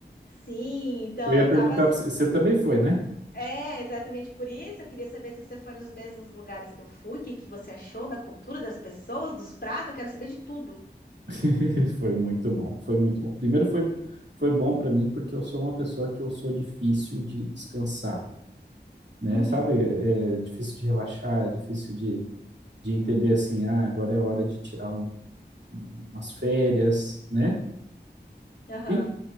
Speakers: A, on the left (about 80°); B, on the right (about 75°).
A: Sim, então
B: Eu ia
A: eu
B: perguntar
A: tava.
B: para você, você também foi, né?
A: É, exatamente por isso. Eu queria saber se você foi nos mesmos lugares que eu fui, o que que você achou da cultura, das pessoas, dos pratos. Eu quero saber de tudo.
B: <laughs> Foi muito bom, foi muito bom. Primeiro foi, foi bom para mim porque eu sou uma pessoa que eu sou difícil de descansar, né?
A: Uhum,
B: Sabe, é é difícil de relaxar, é difícil de, de entender assim, ah, agora é hora de tirar um- umas férias, né?
A: aham.
B: E